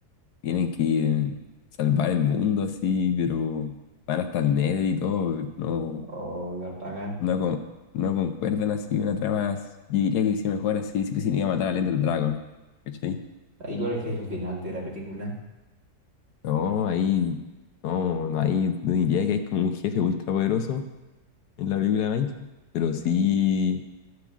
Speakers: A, on the left; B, on the right.
A: tienen que eh, salvar el mundo así, pero van hasta el Nether y todo, no.
B: O igual pagan.
A: no, con- no concuerdan así una trama. as- Yo diría que hice mejor así si pusiera a matar al Ender Dragon. ¿Cachai?
B: Igual el jefe final de la película.
A: No, ahí no, no hay, no diría que hay como un jefe ultra poderoso en la película de Minecraft, pero sí